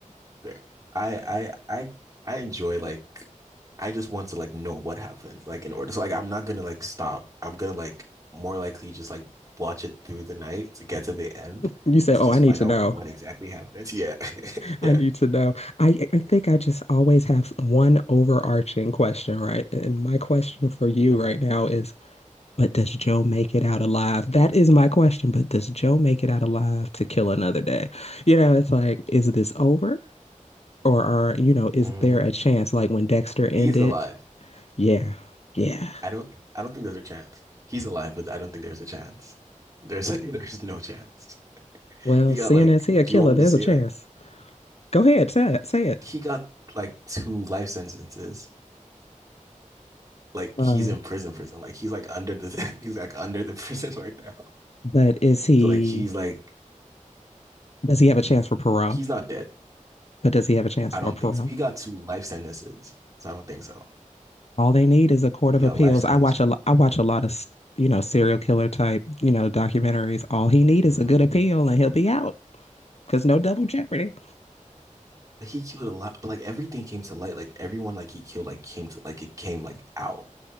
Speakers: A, on the right; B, on the left.
A: fair. I, I, I, I enjoy like. I just want to like know what happens, like in order. So like, I'm not gonna like stop. I'm gonna like more likely just like watch it through the night to get to the end
B: You say,
A: to
B: oh,
A: just
B: I need
A: find
B: to
A: out
B: know.
A: what exactly happens. Yeah, <laughs> yeah.
B: I need to know. I, I think I just always have one overarching question, right? And my question for you
A: Okay.
B: right now is, but does Joe make it out alive? That is my question, but does Joe make it out alive to kill another day? You know, it's like, is this over? Or are, you know, is
A: Mm.
B: there a chance like when Dexter ended?
A: He's alive.
B: Yeah, yeah.
A: I don't. I don't think there's a chance. He's alive, but I don't think there's a chance. There's <laughs> there's no chance.
B: Well,
A: He got
B: seeing
A: like,
B: as he a
A: do
B: killer,
A: you want me
B: there's
A: to say
B: a chance.
A: it? Like,
B: Go ahead, say it, say it.
A: he got like two life sentences. Like
B: Uh,
A: he's in prison, prison. Like he's like under the <laughs> he's like under the <laughs> prison right now.
B: but is he,
A: So like he's like
B: does he have a chance for parole?
A: he's not dead.
B: But does he have a chance
A: I
B: for
A: don't
B: parole?
A: think so. He got two life sentences. So I don't think so.
B: All they need is a court
A: He
B: of appeals.
A: got life sentence
B: I watch
A: one.
B: a lo- I watch a lot of you know serial killer type you know documentaries. All he need is
A: Mm.
B: a good appeal and he'll be out because no double jeopardy.
A: But he killed a lot. But like everything came to light. Like everyone like he killed like came to like it came like out.